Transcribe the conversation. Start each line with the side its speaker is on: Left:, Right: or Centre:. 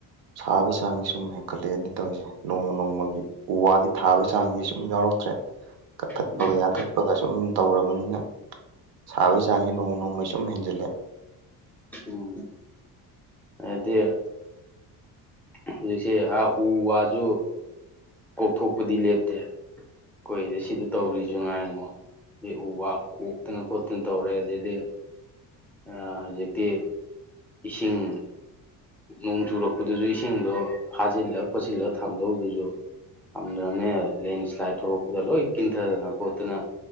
Right: ꯁꯥꯕꯒꯤ ꯆꯥꯡꯁꯦ ꯁꯨꯝ ꯍꯦꯟꯀꯠꯂꯛꯑꯦꯅꯦ ꯇꯧꯏꯁꯦ ꯅꯣꯡꯃ ꯅꯣꯡꯃꯒꯤ ꯎ ꯋꯥꯗꯤ ꯊꯥꯕ ꯆꯥꯡꯁꯦ ꯁꯨꯝ ꯌꯥꯎꯔꯛꯇ꯭ꯔꯦ ꯀꯛꯊꯠꯄꯒ
Centre: ꯎꯝ
Right: ꯌꯥꯟꯊꯠ ꯄꯒ ꯁꯨꯝ ꯇꯧꯔꯕꯅꯤꯅ ꯁꯥꯕꯒꯤ ꯆꯥꯡꯁꯦ ꯅꯣꯡ ꯅꯣꯡꯃꯒꯤ ꯁꯨꯝ ꯍꯦꯟꯖꯜꯂꯦ꯫
Centre: ꯎꯝ ꯍꯥꯏꯗꯤ ꯍꯧꯖꯤꯛꯁꯦ ꯎ ꯋꯥꯁꯨ ꯀꯣꯛꯊꯣꯛꯄꯗꯤ ꯂꯦꯞꯇꯦ ꯀꯨꯏꯔꯦ ꯁꯤꯗ ꯇꯧꯔꯤꯁꯨ ꯉꯥꯏꯉꯣ ꯑ ꯎ ꯋꯥ ꯀꯣꯛꯇꯅ ꯈꯣꯠꯇꯅ ꯇꯧꯔꯦ ꯑꯗꯩꯗꯤ ꯍꯧꯖꯤꯛꯇꯤ ꯏꯁꯤꯡ ꯅꯣꯡ ꯆꯨꯔꯛꯄꯗꯨꯁꯨ ꯏꯁꯤꯡꯗꯣ ꯐꯥꯖꯤꯜꯂ ꯈꯣꯠꯆꯤꯜꯂ ꯊꯝꯗꯧꯗꯨꯁꯨ ꯉꯝꯗ꯭ꯔꯕꯅꯦ ꯂꯦꯟꯁ꯭ꯂꯥꯏꯠ ꯊꯣꯛꯂꯛꯄꯗ ꯂꯣꯏ ꯀꯤꯟꯊꯗꯅ ꯈꯣꯠꯇꯅ